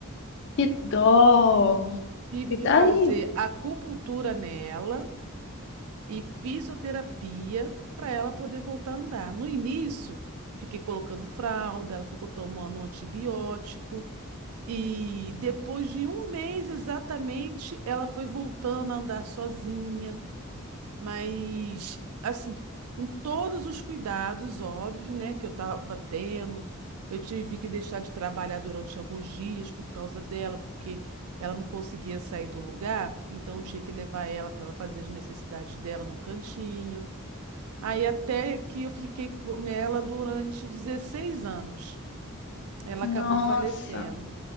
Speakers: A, on the left; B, on the right.
A: Que dó.
B: Tive
A: E
B: que
A: daí?
B: fazer acupuntura nela e fisioterapia para ela poder voltar a andar. No início, fiquei colocando fralda, ela ficou tomando antibiótico. E depois de um mês exatamente, ela foi voltando a andar sozinha. Mas, assim, com todos os cuidados, óbvio, né, que eu tava tendo, eu tive que deixar de trabalhar durante alguns dias por causa dela, porque ela não conseguia sair do lugar, então eu tinha que levar ela para ela fazer as necessidades dela no cantinho. Aí até que eu fiquei com ela durante 16 anos. Ela
A: Nossa.
B: acabou falecendo.